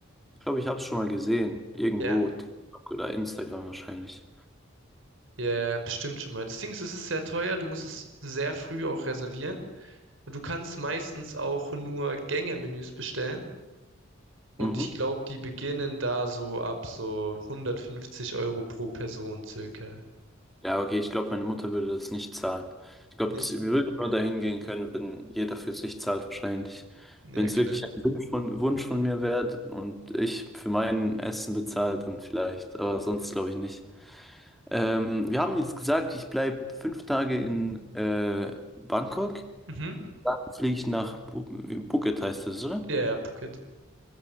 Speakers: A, in the centre; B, on the right.
A: ich glaube, ich habe es schon mal gesehen. Irgendwo,
B: Ja,
A: TikTok oder Instagram wahrscheinlich.
B: ja, bestimmt schon mal. Das Ding ist, es ist sehr teuer, du musst es sehr früh auch reservieren. Und du kannst meistens auch nur Gänge-Menüs bestellen. Und
A: Mhm.
B: ich glaube, die beginnen da so ab so 150 Euro pro Person circa.
A: Ja, okay, ich glaube, meine Mutter würde das nicht zahlen. Ich glaube,
B: Nicht?
A: wir würden nur dahin gehen können, wenn jeder für sich zahlt, wahrscheinlich.
B: Ja,
A: Wenn es
B: klar.
A: wirklich ein Wunsch von, Wunsch von mir wäre und ich für mein Essen bezahle, dann vielleicht. Aber sonst glaube ich nicht. Ähm, wir haben jetzt gesagt, ich bleibe fünf Tage in äh, Bangkok.
B: Mhm.
A: Dann fliege ich nach Bu Phuket, heißt es, oder?
B: Ja, ja, Phuket.